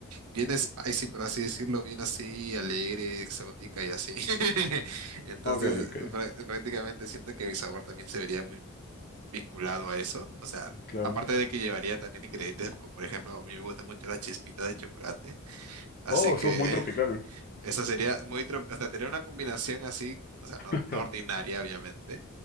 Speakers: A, on the right; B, on the left.
A: bien spicy, por así decirlo, bien así, alegre, exótica y así. <laughs> Entonces,
B: Ok, ok,
A: prá- prácticamente siento que el sabor también se vería muy vinculado a eso. O sea,
B: claro.
A: aparte de que llevaría también ingredientes, como por ejemplo, a mí me gusta mucho las chispitas de chocolate. Así
B: Oh,
A: que
B: eso es muy tropical.
A: eso sería muy, tro- o sea, sería una combinación así, o sea,
B: <laughs>
A: no, no ordinaria, obviamente